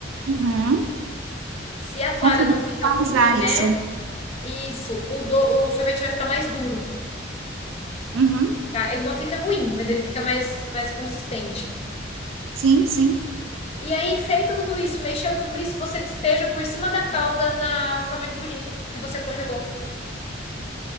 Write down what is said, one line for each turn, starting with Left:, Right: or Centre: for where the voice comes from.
Right: uhum,
Left: Se a clara
Right: consegui
Left: não fica
Right: visualizar
Left: muito em neve
Right: isso.
Left: Isso, o, do- o sorvete vai ficar mais duro,
Right: Uhum.
Left: tá? Ele não fica ruim, mas ele fica mais, mais consistente.
Right: Sim, sim.
Left: E aí, feito tudo isso, mexeu tudo isso, você despeja por cima da calda na forma de pudim que você congelou.